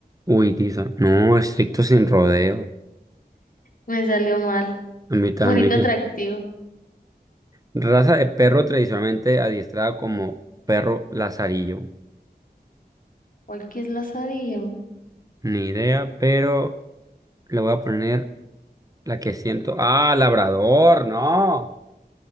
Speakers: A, on the right (about 20°); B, on the left (about 55°).
A: huidizo. No, estricto sin rodeo.
B: Me salió mal.
A: A mí también.
B: Bonito atractivo.
A: Raza de perro tradicionalmente adiestrada como perro lazarillo.
B: ¿Cuál que es Lazarillo?
A: Ni idea, pero le voy a poner la que siento. Ah, labrador, no.